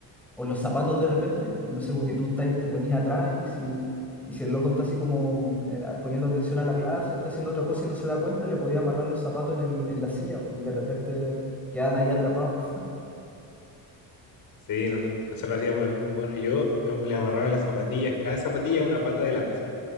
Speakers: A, in the centre; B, on the left.
A: o los zapatos de repente, no sé, porque tú te te ponías atrás y si, y si el loco está así como eh, poniendo atención a la clase o está haciendo otra cosa y no se da cuenta, le podía amarrar los zapatos en, el, en la silla pues, y de repente quedan ahí atrapados. <laughs>
B: sí, nos- nosotros hacíamos lo mismo. Bueno, yo, yo me le amarraba las zapatillas, cada zapatilla a una pata de la mesa,